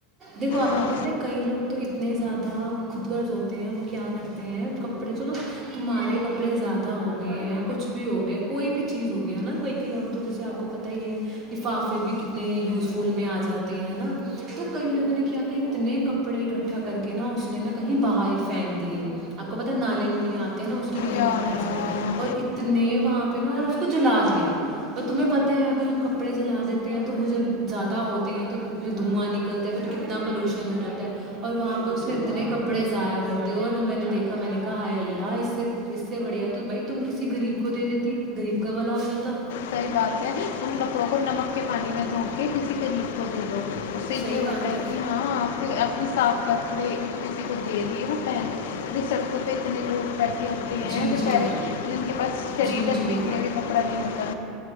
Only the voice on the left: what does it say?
ہاں
یا
اللہ
صحی بات ہے ن تم کپڑوں کو نمک کے پانی میں جو کے کسی طریب کو دے دو اس سے
یہ
ہوتا ہے کہ ہاں آپ اپنے صاف کپڑے کسی کو دے دیے نا پہنے ابنی سڑکوں پہ اتنے لوگ بیٹھے ہوتی ہیں
بیچارے
جن کے پاس شریر
رکھنے
کے لیے بھی کپڑا نہیں ہوتا